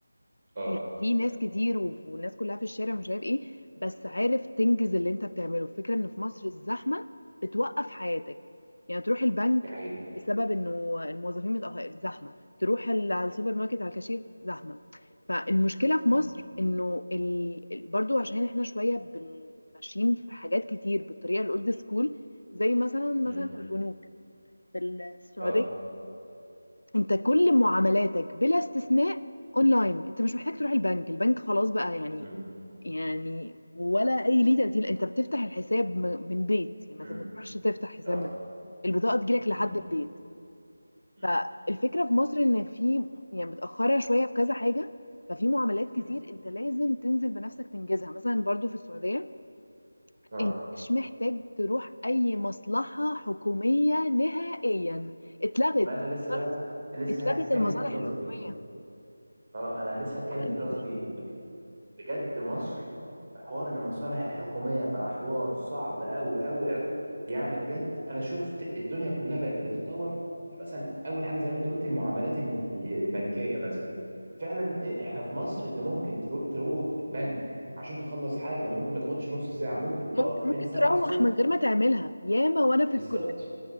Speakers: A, on the right; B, on the left.
A: اه
B: يعني في ناس كتير وف- والناس كلها في الشارع مش عارف ايه بس عارف تنجز اللي انت بتعمله الفكرة ان في مصر الزحمة بتوقف حياتك يعني تروح البنك
A: دي حقيقه
B: بسبب انه الموظفين متأخر زحمة تروح ال- على السوبر ماركت على الكاشير زحمة فالمشكلة في
A: امم
B: مصر انه ال... ال- برضو عشان احنا شوية بن- ماشيين في حاجات كتير بالطريقة الاولد سكول زي مثلا
A: امم
B: مثلا البنوك في السعودية
A: اه
B: انت كل معاملاتك بلا استثناء اونلاين انت مش محتاج تروح البنك البنك خلاص بقى يعني
A: امم
B: يعني ولا اي ليه تبديل انت بتفتح الحساب م- من بيت يعني
A: امم
B: ما ما تروحش تفتح حساب
A: اه
B: من البطاقه تجيلك لحد
A: امم
B: البيت
A: امم
B: فالفكره في مصر ان في يعني متاخره شويه في كذا حاجه ففي معاملات كتير
A: امم
B: انت لازم تنزل بنفسك تنجزها مثلا برضو في السعوديه
A: اه
B: انت مش محتاج تروح اي مصلحه حكوميه نهائيا اتلغت
A: ما انا لسه بقى لسه
B: اتلغت
A: هتكلم
B: المصالح
A: في النقطه
B: الحكوميه
A: دي اه انا لسه هتكلم
B: عمل
A: في
B: من
A: النقطه
B: البيت
A: دي بج- بجد مصر في حوار المصالح الحكوميه بقى حوار صعب قوي قوي قوي يعني بجد انا شفت الدنيا كلها بقت بتتطور في مثلا اول حاجه زي ما انت قلت المعاملات ال- البنكيه مثلا فعلا احنا في مصر انت ممكن ترو- تروح بنك عشان تخلص حاجه ممكن ما تاخدش نص ساعه ممكن
B: ممكن
A: تقف من
B: ممكن
A: 7
B: تروح
A: الصبح
B: من غير ما تعملها ياما وانا في
A: بالظبط
B: الكليه